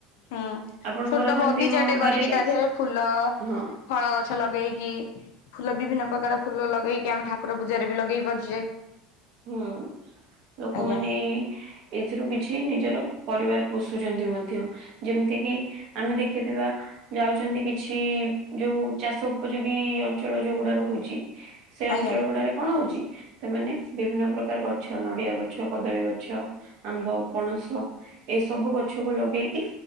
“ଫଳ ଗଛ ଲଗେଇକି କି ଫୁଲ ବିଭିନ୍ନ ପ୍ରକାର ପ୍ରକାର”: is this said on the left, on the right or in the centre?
Left